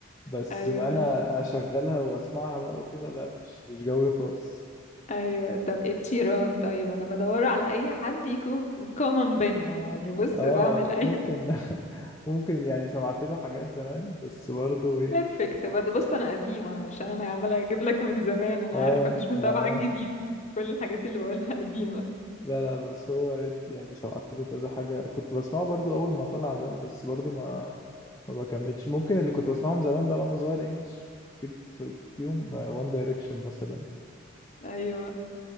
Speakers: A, on the left; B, on the left.
A: بس
B: أيوة
A: انا اشغلها واسمعها بقى وكده لا مش مش جوي خالص
B: ايوه طب ايه التيران طيب انا بدور على اي حد يكون كومن بينا يعني بص
A: اه
B: بعمل اي
A: ممكن <laughs> ممكن يعني سمعت له حاجات زمان بس برضه
B: <laughs>
A: ايه
B: بيرفكت برضه بص انا قديمه علشان انا عماله اجيب لك من زمان انا
A: اه
B: عارفه مش متابعه
A: ما
B: الجديد كل الحاجات اللي بقولها قديمه
A: لا لا بس هو يعني سمعت له كذا حاجة كنت بسمعه برضو أول ما طلع زمان بس برضو ما ما بكملش ممكن اللي كنت بسمعهم زمان بقى وأنا صغير إنجلش أكيد شفتيهم وان دايركشن مثلا
B: ايوه